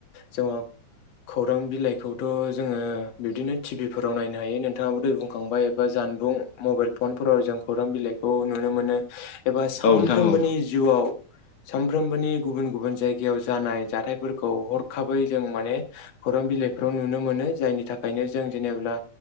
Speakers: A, on the left (about 60°); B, on the left (about 75°).
A: जोङो खौरां बिलाइखौथ' जोङो बिदिनो टिभि फोराव नायनो हायो नों थाङाबो दहाय बुंखांबाय एबा जानबुं मबाइल फनफोराव जों खौरां बिलाइखौ नुनो मोनो। एबा सानफ्रोमबोनि
B: नोंथां औ नोंथां औ
A: जिउआव सानफ्रोमबोनि गुबुन गुबुन जायगायाव जानाय जाथायफोरखौ हरखाबै जों माने खौरां बिलाइफ्राव नुनो मोनो जायनि थाखायनो जों जेनेब्ला